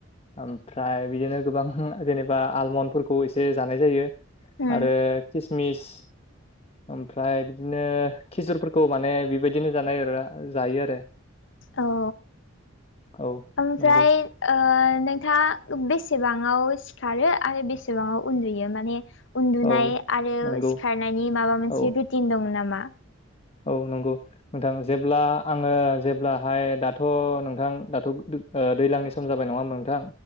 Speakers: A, on the left; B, on the left.
A: ओमफ्राय बिदिनो गोबां जेनेबा आलमनफोर खौ एसे जानाय जायो
B: उम
A: आरो किसमिस ओमफ्राय बिदिनो खिजुरफोरखौ माने बेबायदिनो जानाय आरोना जायो आरो।
B: औ
A: औ
B: ओमफ्राय
A: नंगौ
B: ओ नोंथाङा बेसेबाङाव सिखारो आरो बेसेबाङाव उन्दुयो माने उन्दुनाय
A: औ
B: आरो
A: नंगौ
B: सिखारनायनि माबा मोनसे
A: औ
B: रुटिन दं नामा।
A: औ नंगौ नोंथां जेब्ला आङो जेब्लाहाय दाथ' नोंथां दाथ' ओ दैलांनि सम जाबाय नङा होनबा नोंथां